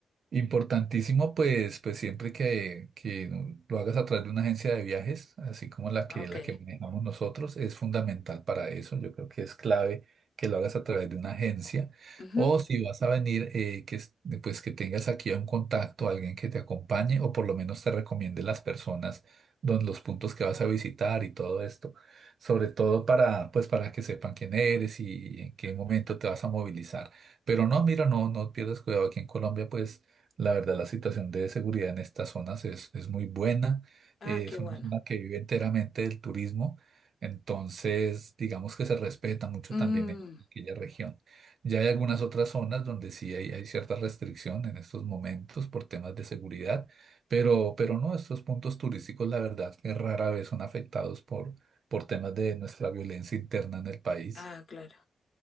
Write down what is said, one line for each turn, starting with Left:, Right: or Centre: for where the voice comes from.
Right: Importantísimo, pues, pues siempre que, que lo hagas a través de una agencia de viajes, así como la
Left: Ok.
Right: que, la que manejamos nosotros, es fundamental para eso. Yo creo que es clave que lo hagas a través de una agencia.
Left: Ujú.
Right: O si vas a venir, eh, que, es- pues que tengas aquí a un contacto, alguien que te acompañe o por lo menos te recomiende las personas, don- los puntos que vas a visitar y todo esto. Sobre todo para, pues, para que sepan quién eres y en qué momento te vas a movilizar. Pero no, mira, no, no pierdas cuidado. Aquí en Colombia, pues la verdad, la situación de seguridad en estas zonas es, es muy buena.
Left: Ah,
Right: eh,
Left: qué
Right: es
Left: bueno.
Right: una zona que vive enteramente del turismo. Entonces, digamos que se respeta mucho
Left: Mm,
Right: también en aquella región. Ya hay algunas otras zonas donde sí hay, hay cierta restricción en estos momentos por temas de seguridad, pero, pero no, estos puntos turísticos, la verdad, que rara vez son afectados por, por temas de nuestra violencia interna en el país.
Left: Ah, claro.